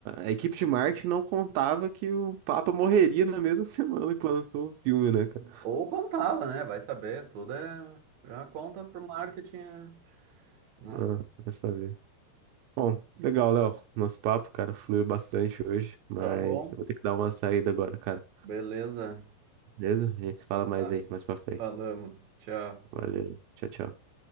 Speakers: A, on the right; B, on the right.
A: a equipe de marketing não contava que o Papa morreria na mesma <laughs> semana que lançou o filme, né, cara?
B: Ou contava, né? Vai saber, tudo é. Já conta pro marketing, é, né?
A: Ah, vai saber. Bom, legal, Léo. Nosso papo, cara, fluiu bastante hoje, mas
B: Tá bom,
A: eu vou ter que dar uma saída agora, cara.
B: beleza.
A: Beleza? A gente fala
B: Então
A: mais
B: tá,
A: aí, mais pra frente.
B: falamos. Tchau.
A: Valeu. Tchau, tchau.